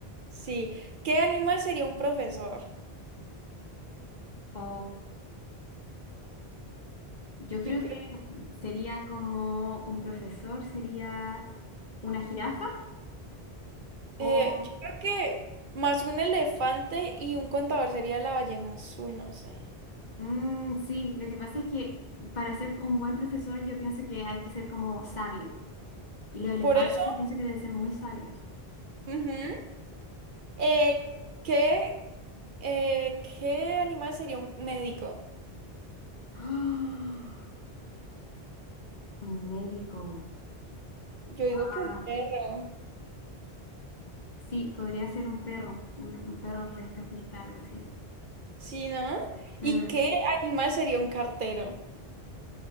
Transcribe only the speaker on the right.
Sí. ¿Qué animal sería un profesor?
Yo creo
Eh,
yo creo que más un elefante y un contador sería la ballena azul, no sé.
Por eso,
ujú, eh, ¿qué, eh, qué animal sería un médico?
Yo
digo que un perro,
¿sí, no?
¿Y qué animal sería un cartero?